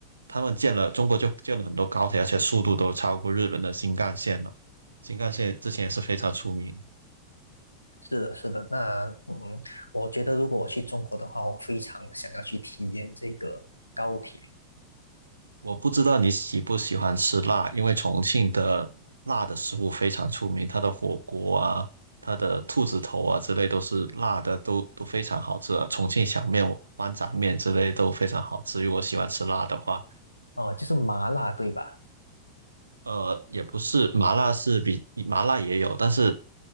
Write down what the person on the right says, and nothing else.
他们建了中国就建了很多高铁，而且速度都超过日本的新干线了。新干线之前也是非常出名。
我不知道你喜不喜欢吃辣，因为重庆的辣的食物非常出名，它的火锅啊、它的兔子头啊之类都是辣的，都都非常好吃啊。重庆小面、豌杂面之类都非常好吃。如果喜欢吃辣的话，
呃，也不是麻辣是比麻辣也有，但是